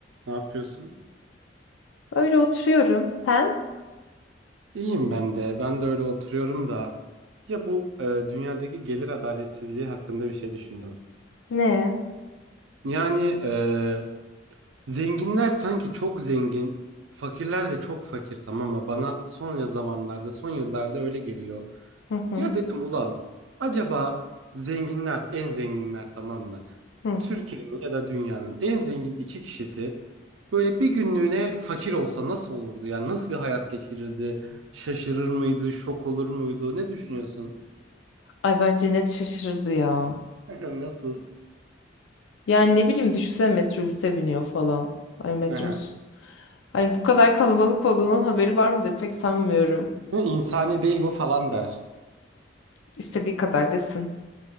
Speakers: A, on the right; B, on the left.
A: Ne yapıyorsun?
B: Öyle oturuyorum. Sen?
A: İyiyim ben de. Ben de öyle oturuyorum da. Ya bu e, dünyadaki gelir adaletsizliği hakkında bir şey düşündüm.
B: Ne?
A: Yani e, zenginler sanki çok zengin, fakirler de çok fakir tamam mı? Bana son ya- zamanlarda, son yıllarda öyle geliyor.
B: Hı hı.
A: Ya dedim ulan acaba zenginler en zenginler tamam mı?
B: Hı.
A: Türkiye'nin ya da dünyanın en zengin iki kişisi böyle bir günlüğüne fakir olsa nasıl olurdu? Yani nasıl bir hayat geçirirdi? Şaşırır mıydı? Şok olur muydu? Ne düşünüyorsun?
B: Ay bence net şaşırırdı ya.
A: <laughs> Nasıl?
B: Yani ne bileyim düşünsene metrobüse biniyor falan. Ay metrobüs.
A: Aha.
B: Hani bu kadar kalabalık olduğunun haberi var mıdır? Pek sanmıyorum.
A: Bu insani değil bu falan der.
B: İstediği kadar desin.